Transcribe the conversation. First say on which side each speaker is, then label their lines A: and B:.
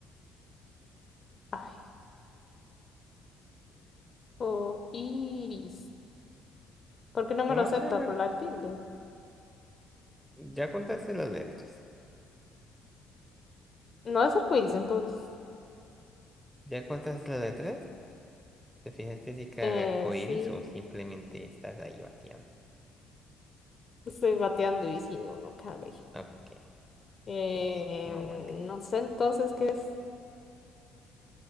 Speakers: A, on the left; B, in the centre.
A: Ay. Arcoiris. ¿Por qué no
B: ¿Cómo
A: me lo acepta?
B: será?
A: Por la tilde.
B: Ya contaste las letras.
A: No es arcoiris, entonces.
B: ¿Ya contaste las letras? ¿Te fijaste si cabe
A: Eh,
B: arco iris
A: sí.
B: o simplemente estás ahí bateando?
A: Estoy bateando y si no, no cabe.
B: Ok,
A: Eh,
B: entonces no bateo
A: no sé entonces qué es